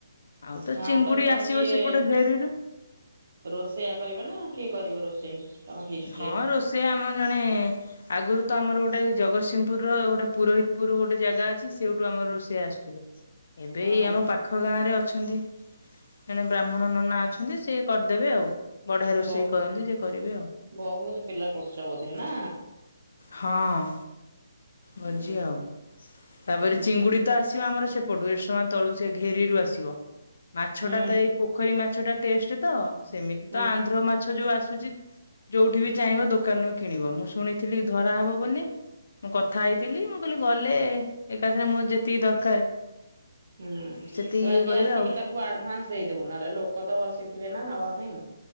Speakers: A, on the left (about 60°); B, on the right (about 55°).
A: ଆଉ ତ
B: ଘାଣ୍ଟ
A: ଚିଙ୍ଗୁଡି
B: ତମର
A: ଆସିବ
B: କିଏ
A: ସେପଟ ଘେରିରୁ।
B: ରୋଷେଇଆ କରିବ ନା କିଏ କରିବ ରୋଷେଇ? ତମ ଫିଷ୍ଟରେ?
A: ହଁ, ରୋଷେଇଆ ଆମ ଜଣେ ଆଗରୁ ତ ଆମର ଗୋଟେ ଜଗତସିଂହପୁର ର ଗୋଟେ ପୁରୋହିତପୁର ଗୋଟେ ଜାଗା ଅଛି। ସେ ଆମର ରୋଷେଇଆ ଆସୁଥିଲେ ଏବେ
B: ହୁଁ
A: ଆମ ପାଖ ଗାଁ ରେ ଅ ଅଛନ୍ତି ଜଣେ ବ୍ରାହ୍ମଣ ନନା ଅଛନ୍ତି ସିଏ କରିଦେବେ ଆଉ। ବଢିଆ ରୋଷେଇ
B: ବ
A: କରନ୍ତି ଯିଏ କରିବେ ଆଉ।
B: ବହୁତ ପିଲା କରୁଛ ବୋଧେ ନା?
A: ହଁ ଭୋଜି
B: ହୁଁ
A: ଆଉ ତାପରେ
B: ହୁଁ
A: ଚିଙ୍ଗୁଡି ତ ଆ ଆସ ଆମର ସେପଟୁ ଏାନ ତଳୁ ସେ ଘେରିରୁୁ ଆସିବ ମାଛ
B: ହୁଁ
A: ଟା ତ ଏଇ ପୋଖରୀ ମାଛ ମାଛ ଟା ଟେଷ୍ଟ ତ ସେମିତି
B: ହୁଁ
A: ତ ଆନ୍ଧ୍ର ମାଛ ଯୋଉ ଆସୁଛି। ଯୋଉଠି ବି ଚାହିଁବ ଦୋକାନରୁ କିଣିବ ମୁଁ ଶୁଣିଥିଲି ଧରାହବ ବୋଲି। ମୁଁ କଥା ହେଇଥିଲି ମୁଁ କହିଲି ଗଲେ ଏକାଥରେ ମୋର ଯେତିକି ଦରକାର
B: ହୁଁ
A: ସେତିକି
B: ତୁ ଆଜି
A: ଇଏ କରିବା
B: ଆସିକି
A: ଆଉ
B: ତାଙ୍କୁ ଆଡଭାନ୍ସ ଦେଇଦବୁ ନହେଲେ ଲୋକ ତ ବସିିବ। ଥିବେ ନା ନବା ପାଇଁ।